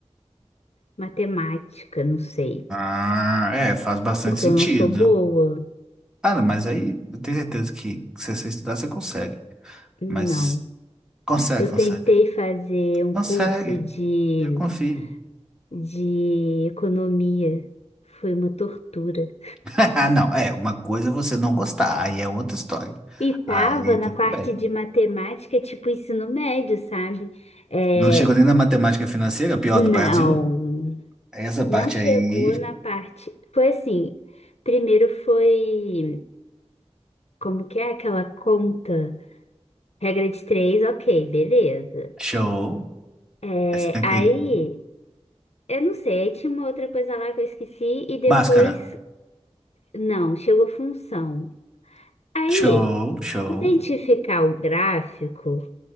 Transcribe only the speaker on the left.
matemática, não sei.
Porque
eu não sou boa.
Não.
Eu
tentei fazer um
curso de,
de economia. Foi uma tortura.
E tava
na
parte
de matemática, tipo ensino médio, sabe? É,
não,
não
chegou
na parte. Foi assim, primeiro foi, como que é aquela conta? Regra de três, ok, beleza.
É,
aí, eu não sei, aí tinha uma outra coisa lá que eu esqueci e depois,
não, chegou função. Aí,
identificar o gráfico,